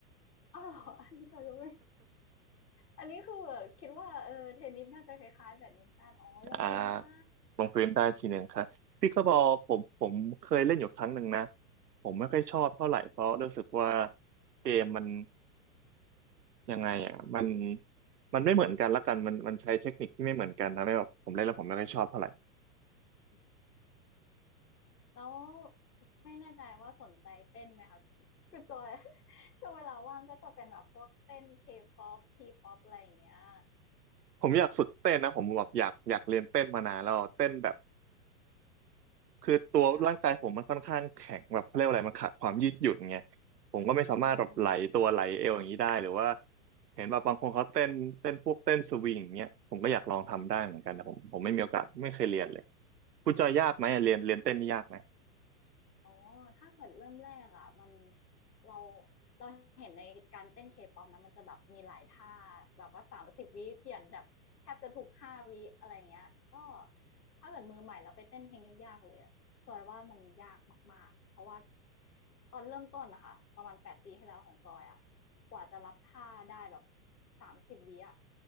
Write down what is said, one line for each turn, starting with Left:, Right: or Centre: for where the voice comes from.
Left: อ้าวเหรอ <laughs> อันนี้จอยก็ไม่อันนี้คือแบบคิดว่าเออเทนนิสน่าจะคล้ายๆแบดมินตันอ๋อลงพื้นได้
Right: <laughs> อ่าลงพื้นได้ทีหนึ่งครับพิกเกิลบอลผมผมเคยเล่นอยู่ครั้งหนึ่งนะผมไม่ค่อยชอบเท่าไหร่เพราะรู้สึกว่าเกมมันยังไงอ่ะมันมันไม่เหมือนกันละกันมันมันใช้เทคนิคที่ไม่เหมือนกันนะไม่แบบผมเล่นแล้วผมไม่ค่อยชอบเท่าไหร่
Left: อืม แล้วไม่แน่ใจว่าสนใจเต้นไหมคะคือจอย <laughs> ช่วงเวลาว่างก็จะเป็นแบบพวกเต้นเคป๊อปทีป๊อปอะไรอย่างเงี้ย
Right: ผมอยากฝึกเต้นนะผมแบบอยากอยากเรียนเต้นมานานแล้วเต้นแบบ คือตัวร่างกายผมมันค่อนข้างแข็งแบบเขาเรียกว่าอะไรมันขาดความยืดหยุ่นไง
Left: ค่ะ
Right: ผมก็ไม่สามารถแบบไหลตัวไหลเอวอย่างนี้ได้หรือว่า
Left: อืม
Right: เห็นแบบบางคนเขาเต้นเต้นพวกเต้นสวิงอย่างเงี้ยผมก็อยากลองทำได้เหมือนกันแต่ผมผมไม่มีโอกาสไม่เคยเรียนเลยคุณจอยยากไหมอะเรียนเรียนเต้นนี่ยากไหม
Left: อืมอ๋อถ้าเกิดเริ่มแรกอ่ะมันเราเราเห็นในการเต้นเคป๊อปนะมันจะแบบมีหลายท่าแบบว่าสามสิบวิเปลี่ยนแบบแทบจะทุกห้าวิอะไรเงี้ยก็ถ้าเกิดมือใหม่เราไปเต้นเพลงยากๆเลยอะ จอยว่ามันยากมากๆเพราะว่าตอนเริ่มต้นนะคะประมาณแปดปีที่แล้วของจอยอะกว่าจะรับท่าได้แบบสามสิบวิอะ